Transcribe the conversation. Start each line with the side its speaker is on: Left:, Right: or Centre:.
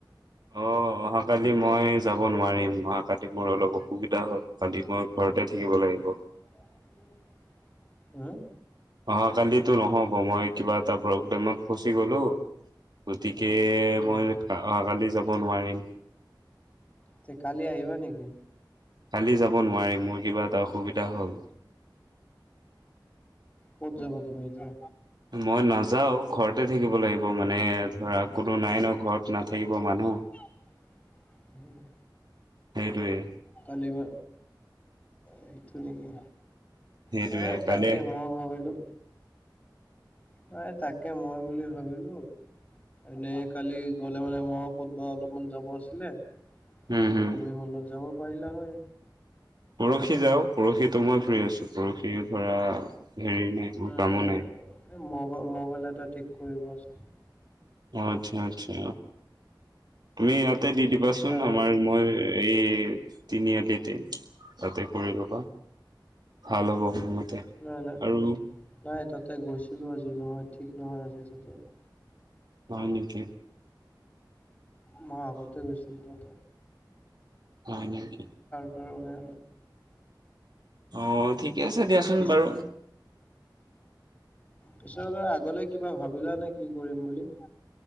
Right: অ অহাকালি মই যাব নোৱাৰিম অহাাকালি মোৰ অলপ অসুবিধা হ'ল কালি মই ঘ ততে থাকিব লাগিব
Left: <unintelligible> উম
Right: অহ কালিতো নহ'ব মই কিবা এটা প্ৰব্লেমত ফচি গলো গতিকে তাকে
Left: উম
Right: মই অহা কালি যাব নোৱাৰিম
Left: তে কালি আহিবা নেকি
Right: কালি যাব নোৱাৰি মোৰ কিবা এটা অসুবিধা হ'ল
Left: ক'ত যাব তুমি এতিয়া
Right: মই নাযাও ঘৰতে থাকিব লাগিব মানে ধৰা কোনো নাই ন ঘৰত নাথাকিব মানুহ
Left: উম উম
Right: সেইটোৱে
Left: কালি বা সেইটো নেকি
Right: সেইটোৱে
Left: হে তাকে
Right: কালি
Left: মই ভাবিলো নাই তাকে মই বুলি ভাবিলো এনেই কালি গলে মানে মই ক'তবা অলপমান যাব আছিলে
Right: উম
Left: ত
Right: হম
Left: তুমি মোৰ লগত যাব পাৰিলা হয়
Right: পৰহি যাও পৰহিটো মই ফ্ৰী আছো পৰহি ধৰা হেৰি মোৰ
Left: নাই
Right: কামো
Left: নাই মাই মোবাইল এটা ঠিক কৰিব আছে
Right: অ আচ্ছা আচ্ছা তুমি তাতে দি দিবাচোন
Left: তাৰ
Right: আমাৰ মই এই তিনিআলিতে তাতে কৰি লবা ভাল হ'ব মোৰ
Left: নাই নাই
Right: আৰু
Left: নাই তাতে গৈছিলো আজি নহয় ঠিক নহয় আজি তাতে।
Right: হয় নিকি?
Left: মই আগতে গৈছিলো ত
Right: হয় নেকি?
Left: ৰোক আৰু
Right: আহ ঠিকে আছে দিয়াচোন
Left: পিছ
Right: বাৰু
Left: পিছৰবাৰ আগলে কিবা ভাবিলা নে কি কৰিম বুলি